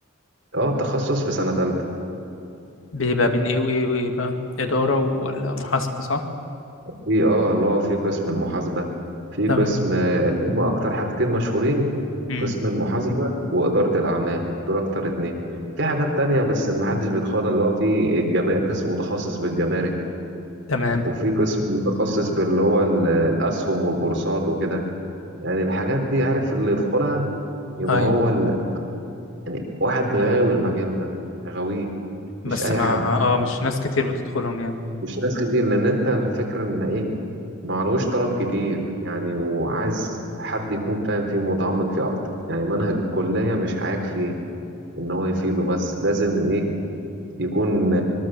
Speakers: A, on the right; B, on the left.
A: اه التخصص في سنه تالتة
B: بيبقى بين ايه وايه وايه بقى اداره ولا محاسبه صح
A: في اه اللي هو في قسم المحاسبة في
B: تمام
A: قسم هم أكتر حاجتين مشهورين
B: امم
A: قسم المحاسبة وإدارة الأعمال دول أكتر اتنين في حاجات تانية بس محدش بيدخلها اللي هو في الجما... قسم متخصص بالجمارك
B: تمام
A: وفي قسم متخصص باللي هو ال- الأسهم والبورصات وكده يعني الحاجات دي عارف اللي يدخلها يبقى
B: ايوه
A: هو ال... يعني واحد غاوي المجال ده غاويه مش
B: بس
A: أي
B: ما
A: حد
B: اه مش ناس كتير بتدخلهم يعني
A: مش ناس كتير لان انت الفكره ان ايه معلهوش طلب كتير يعني وعايز حد يكون فاهم فيه متعمق فيه اكتر يعني منهج الكليه مش هيكفي ان هو يفيده بس لازم ايه يكون